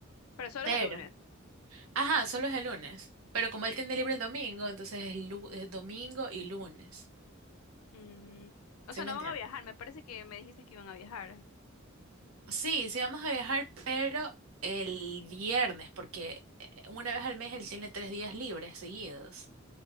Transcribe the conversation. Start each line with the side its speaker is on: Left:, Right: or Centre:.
Left: Pero solo
Right: Pero,
Left: es el lunes.
Right: ajá, solo es el lunes. Pero como él tiene libre el domingo, entonces es, lu- es domingo y lunes.
Left: Mm, O
Right: ¿Sí
Left: sea,
Right: me
Left: no
Right: entienden?
Left: van a viajar. Me parece que me dijiste que iban a viajar.
Right: Sí, sí vamos a viajar, pero el viernes, porque eh, una vez al mes él tiene tres días libres seguidos.